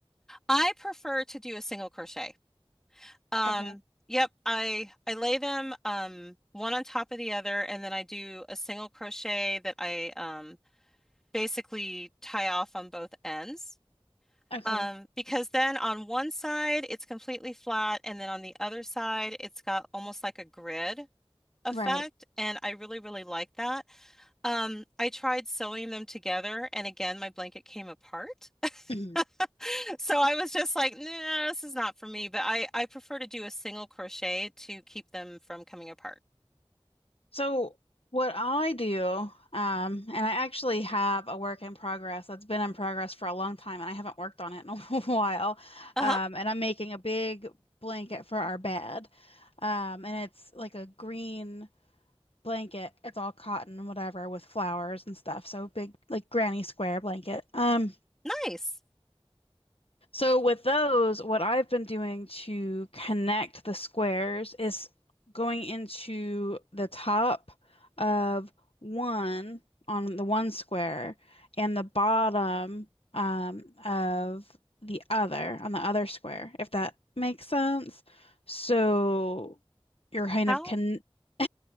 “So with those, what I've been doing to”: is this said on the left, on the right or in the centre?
Left